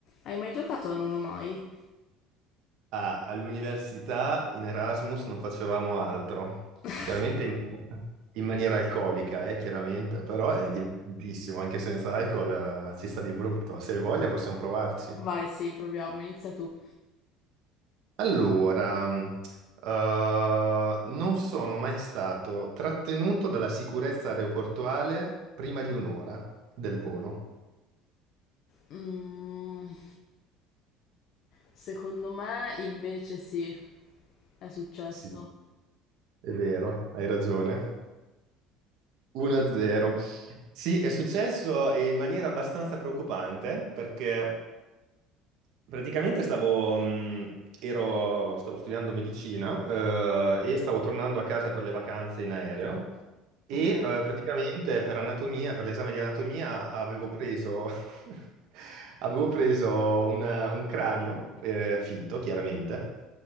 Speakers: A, on the left; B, on the right.
A: Hai mai giocato a Non ho mai?
B: Ah, all'università in Erasmus non facevamo altro,
A: <laughs>
B: chiaramente in, in maniera alcolica, eh, chiaramente, però è divertentissimo, anche senza alcol, eh, si sta di brutto. Se hai voglia possiamo provarci.
A: Vai, sì, proviamo, inizia tu.
B: Allora, mh, eh, non sono mai stato trattenuto dalla sicurezza aeroportuale prima di un'ora del volo.
A: Mm, secondo me invece sì, è successo.
B: Sì, è vero, hai ragione. 1-0. Sì, è successo eh, in maniera abbastanza preoccupante perché Praticamente stavo, mh, ero- stavo studiando medicina, eh, e stavo tornando a casa per le vacanze in aereo e
A: Ok.
B: eh, praticamente per anatomia, per l'esame di anatomia, avevo preso, <laughs> avevo preso un, un cranio, eh, finto chiaramente,